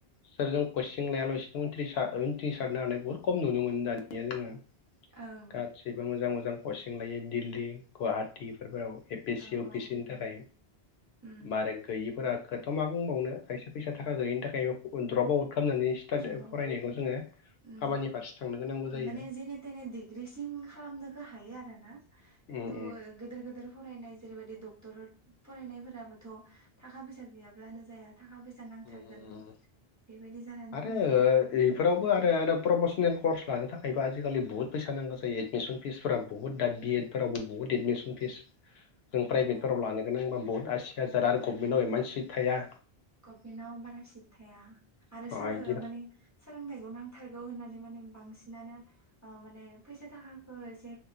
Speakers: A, on the left; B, on the right.
A: सोरजों कइचिं लायाल'सेनो उनथ्रिस उनथ्रिसारनो हानाय बुहुत खम नुनो मोन दानिया जोङो।
B: ओं
A: गासिबो मोजां मोजां कचिं लायो दिल्ली गुवाहाटि इफोरफोराव बेसे
B: औ
A: इउ
B: औ
A: पि एस सि नि थाखाय
B: उम
A: मारै गैयिफोरा खोथ थ' मा बुंबावनो खायसे फैसा थाखा गैयैनि थाखायबो द्रप आउट खामनानै स्टार्ट
B: द्रुबाव
A: फरायनायखौ जोङो।
B: उम
A: खामानि फारसे थांनो गोनांगौ जायो
B: माने जेने तेने डिग्रिसिम खालामनोखो हायो आरो ना। खिन्टु
A: उम उम
B: गोदोर गोदोर फरायनाय जेरैबायदि डक्टर फरायनायफोराबोथ' थाखा फैसा गैयाब्लानो जाया। थाखा फैसा
A: उम
B: नांथारगोन
A: उम
B: बेबायदि जानानै
A: आरो
B: फैयो
A: ओ आ इफोरावबो आरो प्रपसनेल कर्स लानो थाखायबो आजिखालि बुहुत फैसा नांगौ जायो एडमिसन फिसफोरा बहुत दा बिएद फोरावबो बुहुत एदमिसन फिस
B: आरो
A: जों प्राइभेटफोराव लानो गोनांबा बुहुत आसि हाजार आरो गभमेन्टाव इमान सिट थाया।
B: गभमेन्टआव बारा सिट थाया आरो
A: बिदि
B: सोलो माने सोलोंथाइखौ नांथारगौ होननानै माने बांसिनानो ओ माने फैसा थाखाखो एसे